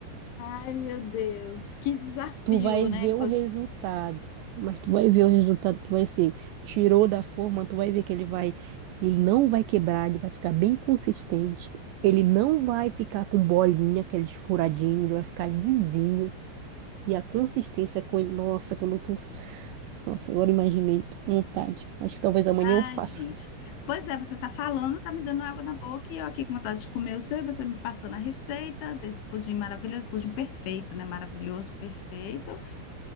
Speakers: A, on the left; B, on the right.
A: Ai, meu Deus, que desafio,
B: Tu vai
A: né?
B: ver o resultado, mas tu vai ver o resultado que vai ser. Tirou da forma, tu vai ver que ele vai, ele não vai quebrar, ele vai ficar bem consistente. Ele não vai ficar com bolinha, aquele furadinho, ele vai ficar lisinho. E a consistência com ele, nossa, quando tu, nossa, agora imaginei, tô com vontade. Acho que talvez amanhã
A: Ai,
B: eu faça.
A: gente. Pois é, você tá falando, tá me dando água na boca e eu aqui com vontade de comer o seu e você me passando a receita desse pudim maravilhoso, pudim perfeito, né? Maravilhoso, perfeito.